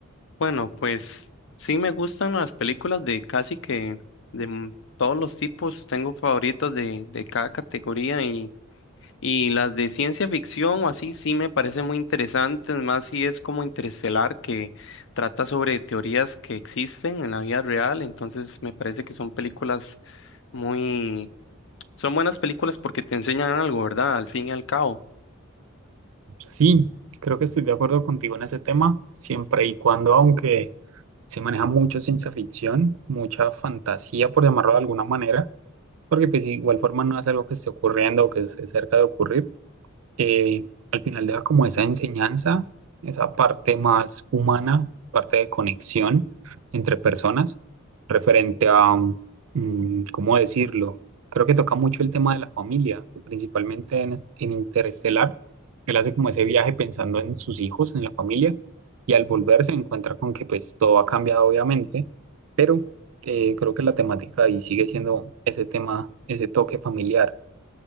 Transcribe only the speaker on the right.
Sí, creo que estoy de acuerdo contigo en ese tema, siempre y cuando, aunque... se maneja mucho ciencia ficción, mucha fantasía, por llamarlo de alguna manera, porque pues igual forma no es algo que esté ocurriendo o que esté cerca de ocurrir, eh, al final deja como esa enseñanza, esa parte más humana, parte de conexión entre personas, referente a, mm, ¿cómo decirlo? Creo que toca mucho el tema de la familia, principalmente en, es- en Interestelar. Él hace como ese viaje pensando en sus hijos, en la familia, y al volver se encuentra con que pues todo ha cambiado obviamente, pero eh, creo que la temática ahí sigue siendo ese tema, ese toque familiar.